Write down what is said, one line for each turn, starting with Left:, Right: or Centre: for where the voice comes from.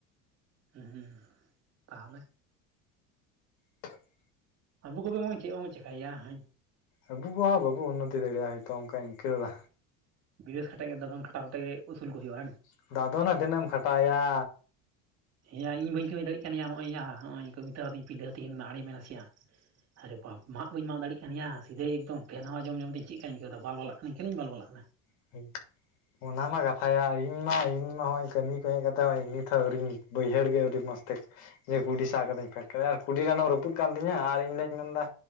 Right: <unintelligible> ᱛᱟᱦᱚᱞᱮ
Left: <inaudible>
Right: ᱟᱵᱩ ᱠᱚᱫᱚ ᱪᱮᱜ ᱵᱟᱱ ᱪᱮᱠᱟᱭᱮᱜᱼᱟ ᱦᱟ <unintelligible>
Left: ᱟᱵᱚ ᱠᱚᱦᱚᱸ ᱵᱟᱵᱚ ᱩᱱᱚᱛᱤ ᱫᱟᱲᱤᱭᱟᱜᱼᱟ ᱦᱳᱭᱛᱚ ᱚᱱᱠᱟᱧ ᱟᱹᱭᱠᱟᱹᱣᱮᱫᱼᱟ᱾
Right: <unintelligible> ᱠᱟᱛᱮᱜ ᱜᱮ ᱫᱚᱜᱚᱱ ᱠᱷᱟᱴᱟᱣ ᱠᱟᱛᱮᱜ ᱜᱮ ᱩᱥᱩᱞ ᱠᱚ ᱦᱩᱭᱩᱜᱼᱟ ᱦᱮᱸ
Left: <unintelligible> ᱟᱫᱚ ᱱᱟᱜᱽ ᱫᱤᱱᱚᱢ ᱠᱷᱟᱴᱟᱣᱮᱭᱟ?
Right: ᱦᱮᱸᱭᱟ ᱤᱧ ᱵᱟᱹᱧ ᱠᱟᱹᱢᱤ ᱫᱟᱲᱮᱭᱟᱜ ᱠᱟᱱ ᱜᱮᱭᱟ ᱱᱚᱜᱼᱚᱭᱟ ᱱᱚᱜᱼᱚᱭ, ᱠᱟᱹᱢᱤ ᱛᱟᱞᱟᱣᱛᱤᱧ ᱯᱤᱰᱟᱹ ᱛᱤᱱ ᱟᱹᱲᱤ ᱢᱮ ᱱᱟᱥᱮ ᱟᱜ ᱱᱟᱥᱮᱭᱟᱜ᱾ ᱟᱨᱮ ᱵᱟᱯ ᱢᱟᱜ ᱵᱟᱹᱧ ᱢᱟᱜ ᱫᱟᱲᱮᱜ ᱠᱟᱱ ᱭᱟ, ᱥᱤᱫᱟᱹᱭ ᱮᱠᱚᱢ ᱯᱮᱱ ᱦᱟᱣᱟ ᱡᱚᱢ ᱡᱚᱢ ᱛᱤᱧ ᱪᱮᱜ ᱠᱟᱧ ᱟᱹᱭᱠᱟᱹᱣ ᱮᱫᱟ ᱠᱷᱟᱞᱤᱧ ᱵᱟᱞ ᱵᱟᱞᱟᱣ ᱠᱷᱟᱱᱤᱧ ᱵᱟᱞ ᱵᱟᱞᱟᱣ ᱠᱟᱱᱟ ᱾
Left: <unintelligible> ᱚᱱᱟ ᱢᱟ ᱠᱟᱛᱷᱟ ᱟᱭ ᱤᱧ ᱢᱟ ᱤᱧ ᱢᱟ ᱱᱚᱜᱼᱚᱭ ᱠᱟᱹᱢᱤ ᱠᱚ ᱦᱮᱜ ᱠᱟᱛᱮ ᱦᱚᱸᱜ ᱱᱤᱛᱦᱚᱸ ᱟᱹᱣᱨᱤᱧ ᱵᱟᱹᱭᱦᱟᱹᱲ ᱜᱮ ᱟᱹᱣᱨᱤ ᱢᱚᱸᱡ ᱛᱮ, <unintelligible> ᱠᱩᱰᱤ ᱥᱟᱜ ᱠᱟᱹᱛᱤᱧ ᱯᱮ <unintelligible> ᱟᱨ ᱠᱩᱰᱤ ᱰᱟᱸᱰᱚᱢ ᱨᱟᱹᱯᱩᱫ ᱠᱟᱱ ᱛᱤᱧᱟᱹ ᱟᱨ ᱤᱧᱫᱚᱧ ᱢᱮᱱ ᱫᱟ,